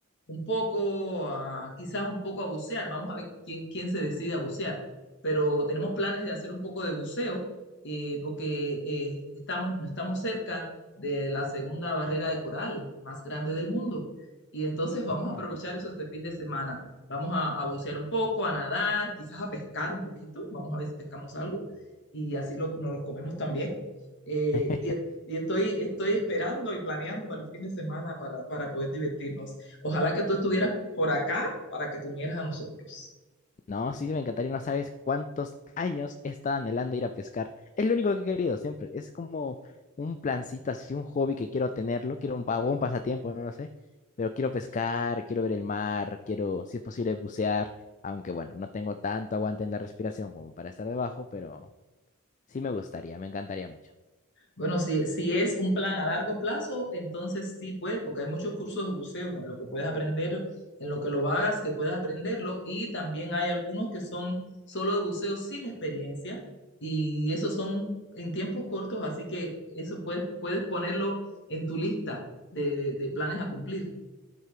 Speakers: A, on the left; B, on the left.
A: un poco, a- quizás un poco a bucear. Vamos a ver quién, quién se decide a bucear pero tenemos planes de hacer un poco de buceo eh, porque eh, estamos, no estamos cerca de la segunda barrera de coral más grande del mundo. Y entonces vamos
B: mm.
A: a aprovechar eso este fin de semana. Vamos a, a bucear un poco, a nadar, quizás a pescar un poquito. Vamos a ver si pescamos algo y así lo, nos los comemos también. Eh,
B: <laughs>
A: y es- y estoy, estoy esperando y planeando para el fin de semana para, para poder divertirnos. Ojalá que tú estuvieras por acá para que te unieras a nosotros.
B: No, sí, me encantaría, no sabes cuántos años he estado anhelando ir a pescar. Es lo único que he querido siempre. Es como un plancito, así un hobby que quiero tenerlo. Quiero un vagón, un pasatiempo, no lo sé. Pero quiero pescar, quiero ver el mar, quiero, si es posible, bucear. Aunque bueno, no tengo tanto aguante en la respiración como para estar debajo, pero sí me gustaría, me encantaría mucho.
A: Bueno, si, si es un plan a largo plazo, entonces sí puedes, porque hay muchos cursos de buceo en lo que puedes aprender, en lo que lo hagas, que puedes aprenderlo, y también hay algunos que son solo de buceo sin experiencia, y esos son en tiempos cortos, así que eso puedes, puedes ponerlo en tu lista de, de de planes a cumplir.